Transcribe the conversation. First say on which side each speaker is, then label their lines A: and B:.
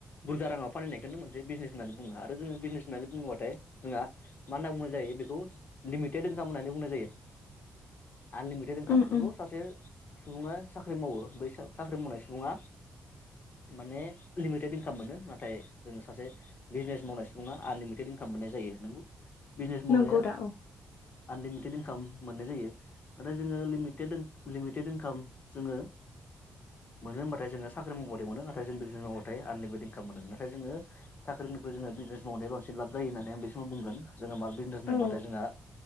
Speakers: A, on the left; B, on the left.
A: बुरजा राङाव फानहैनायखौनो मोनसे बिजनेस होननानै बुङो आरो जोङो बिजनेस होननानै बुङोबाथाय जोंहा मा होनना बुंनाय जायो बेखौ लिमिटेड इनकाम होननानै बुंनाय जायो आनलिमिटेड इनकाम
B: उम
A: नंगौ
B: उम
A: सासे सुबुङा साख्रि मावो बै साख्रि मावनाय सुबुङा माने लिमिटेड इनकाम मोनो नाथाय जोङो सासे बिजनेस मावनाय सुबुङा आनलिमिटेड इनकाम मोननाय जायो नंगौ बिजनेस
B: नंगौ
A: मावनाया
B: दा औ
A: आनलिमिटेड इनकाम मोननाय जायो नाथाय जोङो लिमिटेड लिमिटेड इनकाम जोङो मोनो होनबाथाय जोङो साख्रि मावबाथाय मोनो नाथाय जों बिजनेस मावबाथाय आनलिमिट इनकाम मोनो नाथाय जोङो साख्रिनिख्रुइ जोंहा बिजनेस मावनाया बांसिन लाब जायो होननानै आं बे समाव बुंगोन जोङो मा बिजनेस मावबाथाय
B: औ
A: जोंहा